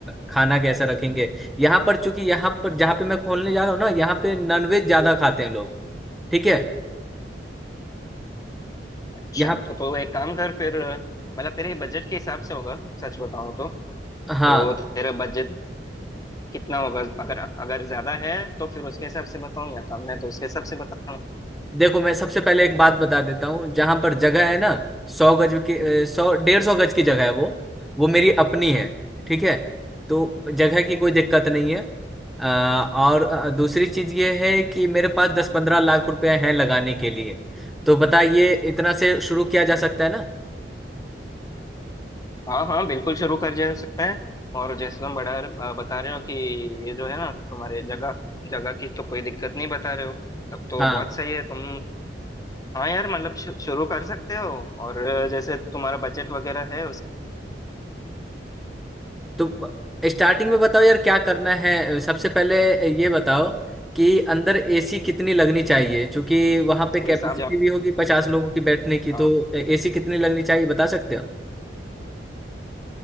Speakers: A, in the centre; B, on the left.
A: खाना कैसा रखेंगे यहाँ पर चूंकि यहाँ पर जहाँ पे मैं खोलने जा रहा हूँ ना यहाँ पे नॉनवेज ज्यादा खाते हैं लोग ठीक है
B: अच्छा
A: यहाँ
B: तो तो एक काम कर फिर मतलब तेरे बजट के हिसाब से होगा सच बताऊं तो
A: हाँ
B: तो तेरा बजट कितना होगा अगर अगर ज्यादा है तो फिर उसके हिसाब से बताऊं या कम है तो उसके हिसाब से बताऊं
A: देखो मैं सबसे पहले एक बात बता देता हूँ जहां पर जगह है ना सौ गज की सौ डेढ़ सौ गज की जगह है वो वो मेरी अपनी है ठीक है तो जगह की कोई दिक्कत नहीं है अ, और अ, दूसरी चीज ये है कि मेरे पास दस पंद्रह लाख रुपए हैं लगाने के लिए तो बताइए इतना से शुरू किया जा सकता है ना
B: हाँ हाँ बिल्कुल शुरू कर जा सकता है और जैसे तुम बड़ा अ, बता रहे हो कि ये जो है ना तुम्हारे जगह जगह की तो कोई दिक्कत नहीं बता रहे हो तब तो
A: हाँ
B: बहुत सही है तुम हाँ यार मतलब शु, शुरू कर सकते हो और जैसे तुम्हारा बजट वगैरह है उसके
A: तो स्टार्टिंग में बताओ यार क्या करना है सबसे पहले ये बताओ कि अंदर एसी कितनी लगनी चाहिए क्योंकि वहां पे कैपेसिटी
B: हिसाब से आप
A: भी होगी पचास लोगों की बैठने की
B: हाँ
A: तो एसी कितनी लगनी चाहिए बता सकते हो